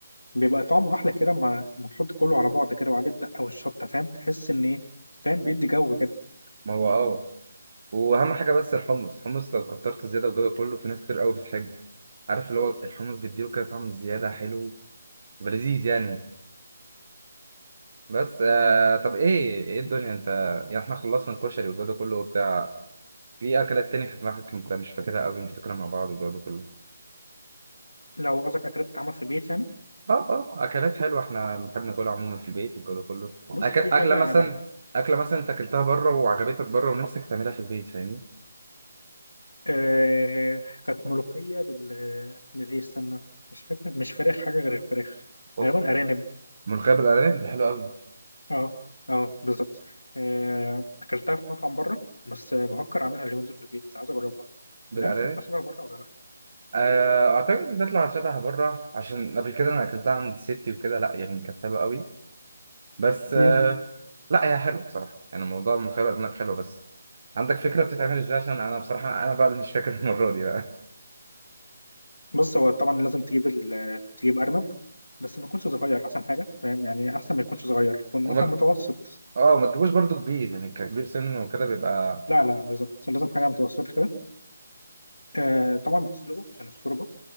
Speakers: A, on the left; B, on the right.
A: بيبقى طعمه احلى كده اما اما تحط كله على بعض كده وعليه الدقه والشطه فاهم تحس ان ايه فاهم بيدي جو كده
B: ما هو اه وأهم حاجة بس الحمص الحمص لو كترت زيادة والجو ده كله في ناس كتير قوي بتحبه عارف اللي هو الحمص بيديله كده طعم زيادة حلو ولذيذ يعني بس آه... طب ايه ايه الدنيا
A: مم.
B: انت يعني احنا خلصنا الكشري والجو ده كله وبتاع في اكلات تاني في دماغك انت مش فاكرها قوي نفتكرها مع بعض والجو ده كله
A: لو قصدك اكلات بتتعمل في البيت يعني
B: اه اه اكلات حلوه احنا بنحب ناكلها عموما في البيت والجو ده كله أك...
A: بص في
B: اكله
A: حاجه
B: مثلا
A: انا
B: اكله مثلا انت اكلتها بره وعجبتك بره ونفسك تعملها في البيت فاهمني
A: آه كانت ملوخية بال بالإيه استنى مش فاكر مش فراخ حاجة غير الفراخ
B: اوف
A: غالبا أرانب
B: ملوخيه بالارانب دي حلوه قوي
A: اه اه بالظبط آه أكلتها في مطعم بره بس بفكر أعملها اليومين دول في البيت عايز أجربها
B: بالارانب
A: مش عارف تطلع شبه بره ولا لأ
B: آه، اعتقد بتطلع شبه بره عشان قبل كده انا اكلتها عند ستي وكده لا يعني كانت حلوه قوي بس آه،
A: مم.
B: لا هي حلوه بصراحه يعني موضوع الملوخيه بالارانب حلو بس عندك فكره بتتعمل ازاي عشان انا بصراحه انا بقى اللي مش فاكر <laughs> المره دي بقى
A: بص هو طبعا لازم تجيب ال... تجيب أرنب بس ما يكونش صغير أحسن حاجة فاهم يعني أحسن ما يكونش صغير يكون
B: وما
A: مثلا متوسط
B: اه ما تجيبوش برضو كبير يعني ككبير سن وكده بيبقى
A: لا لا بالظبط لازم حاجة متوسطة كده آه طبعا بتسلقه عشان الشوربة